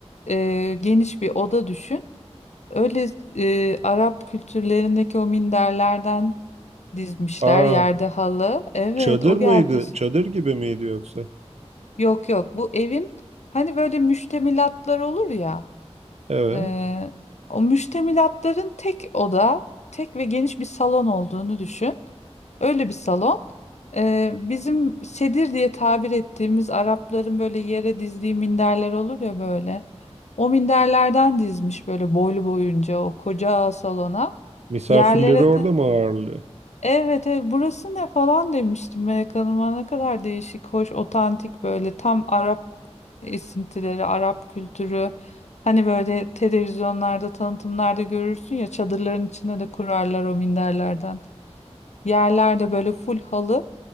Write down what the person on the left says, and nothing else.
eee, geniş bir oda düşün. Öyle eee, Arap kültürlerindeki o minderlerden dizmişler
yerde halı. Evet,
o
geldi.
Yok yok bu evin hani böyle müştemilatlar olur ya
eee, o müştemilatların tek oda tek ve geniş bir salon olduğunu düşün. Öyle bir salon. Eee, bizim sedir diye tabir ettiğimiz Arapların böyle yere dizdiği minderler olur ya böyle. O minderlerden dizmiş böyle boylu boyunca o koca salona.
Yerlere
de
evet, evet burası ne falan demiştim Melek Hanım'a ne kadar değişik hoş otantik böyle tam Arap esintileri, Arap kültürü. Hani böyle televizyonlarda, tanıtımlarda görürsün ya çadırların içine de kurarlar o minderlerden. Yerlerde böyle full halı.